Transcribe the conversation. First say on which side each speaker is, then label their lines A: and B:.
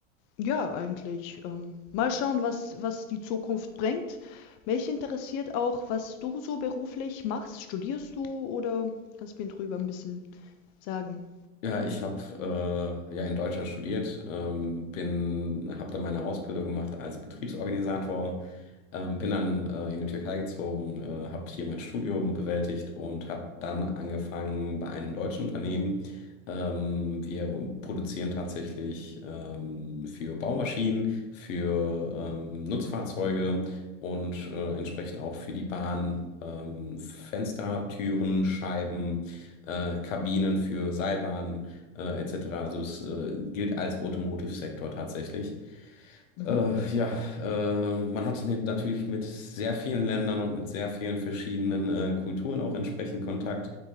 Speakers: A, on the left; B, on the left.
A: ja, eigentlich ähm, mal schauen, was, was die Zukunft bringt. Mich interessiert auch, was du so beruflich machst. Studierst du oder kannst du mir drüber ein bisschen Sagen.
B: Ja, ich habe äh, ja in Deutschland studiert, ähm, bin, habe dann meine Ausbildung gemacht als Betriebsorganisator, ähm, bin dann äh, in die Türkei gezogen, äh, habe hier mein Studium bewältigt und habe dann angefangen bei einem deutschen Unternehmen. Ähm, wir produzieren tatsächlich ähm, für Baumaschinen, für ähm, Nutzfahrzeuge und äh, entsprechend auch für die Bahn ähm, Fenster, Türen, Scheiben äh, Kabinen für Seilbahnen äh, etc. Also es äh, gilt als Automotive-Sektor tatsächlich.
A: Mhm,
B: Äh, ja, äh, man hat ne- natürlich mit sehr vielen Ländern und mit sehr vielen verschiedenen äh, Kulturen auch entsprechend Kontakt.